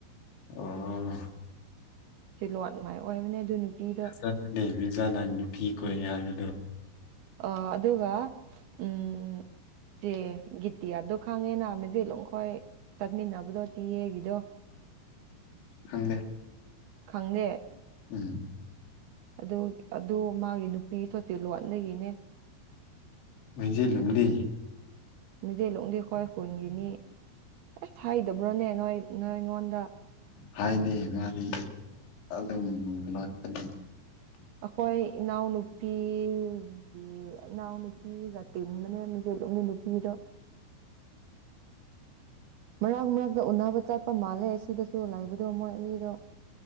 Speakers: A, on the left; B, on the right.
A: ꯑꯣ
B: ꯂꯣꯠ ꯃꯥꯏ ꯑꯣꯏꯕꯅꯦ ꯑꯗꯨ ꯅꯨꯄꯤꯗꯣ
A: <unintelligible> ꯖꯅ ꯀ ꯀꯅꯦ ꯍꯥꯏꯗꯣ
B: ꯑ ꯑꯗꯨꯒ ꯎꯝ ꯆꯦ ꯒꯤꯇꯤꯌꯥꯗꯣ ꯈꯪꯉꯦꯅ ꯃꯦꯆꯦꯠ ꯂꯨꯝ ꯈꯣꯏ ꯆꯠꯃꯤꯟꯅꯕꯗꯣ ꯇꯤꯌꯦꯒꯤꯗꯣ
A: ꯍꯪꯗꯦ
B: ꯈꯪꯗꯦ
A: ꯎꯝ
B: ꯑꯗꯨ ꯑꯗꯨ ꯃꯥꯒꯤ ꯅꯨꯄꯤ ꯁꯣꯠꯁꯤ ꯂꯣꯟꯅꯤ ꯍꯗꯒꯤꯅꯦ
A: ꯃꯖꯠ ꯂꯝꯂꯤ
B: ꯃꯤꯖꯩꯂꯣꯡꯗꯤ ꯍꯣꯏ ꯍꯨꯟꯒꯤꯅꯤ ꯑꯦꯁ ꯍꯩꯗꯕ꯭ꯔꯣꯅꯦ ꯅꯣꯏ ꯅꯣꯏ ꯑꯩꯉꯣꯟꯗ
A: ꯍꯥꯏꯗꯤ ꯃꯥꯗꯤ ꯑꯗꯨꯝ ꯂꯣꯠꯄꯅꯤ
B: ꯑꯩꯈꯣꯏ ꯏꯅꯥꯎꯅꯨꯄꯤꯒꯤ ꯏꯅꯥꯎ ꯅꯨꯨꯄꯤꯒ ꯇꯤꯟ ꯃꯅꯦ ꯃꯆꯦꯂꯣꯡꯒꯤ ꯅꯨꯄꯤꯗꯣ ꯃꯔꯛ ꯃꯔꯛꯇ ꯎꯟꯅꯅꯕ ꯆꯠꯄ ꯃꯥꯜꯂꯦ ꯑꯁꯤꯗꯁꯨ ꯂꯥꯏꯕꯗꯣ ꯃꯣꯏ ꯑꯅꯤꯗꯣ